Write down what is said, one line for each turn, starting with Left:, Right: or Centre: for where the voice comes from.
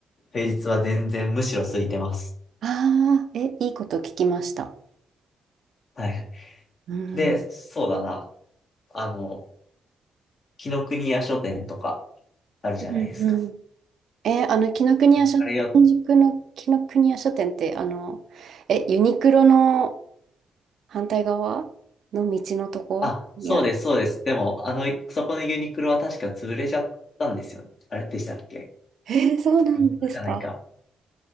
Left: 平日は全然むしろ空いてます。
Right: ああ、え、いいこと聞きました。
Left: はいはい。
Right: うん。
Left: で、そうだな。あの、紀の国屋書店とかあるじゃないですか。
Right: うんうん。えーあの、紀ノ国屋書、
Left: ああれよ、
Right: 新宿の紀ノ国屋書店って、あの、え、ユニクロの、反対側の道のところにある。
Left: あ、そうです、そうです。でも、あの、そこのユニクロは確か潰れちゃったんですよ。あれでしたっけ
Right: えー、そうなんですか
Left: ユニクロじゃないか。